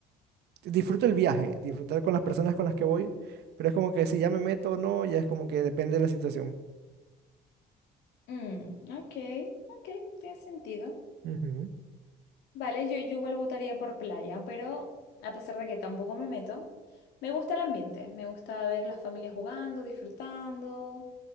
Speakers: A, on the right (about 75°); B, on the left (about 85°).
A: Disfruto el viaje, disfrutar con las personas con las que voy, pero es como que si ya me meto o no, ya es como que depende de la situación.
B: Mm, ok, ok, tiene sentido.
A: Ujú.
B: Vale, yo, yo igual votaría por playa, pero a pesar de que tampoco me meto, me gusta el ambiente, me gusta ver las familias jugando, disfrutando,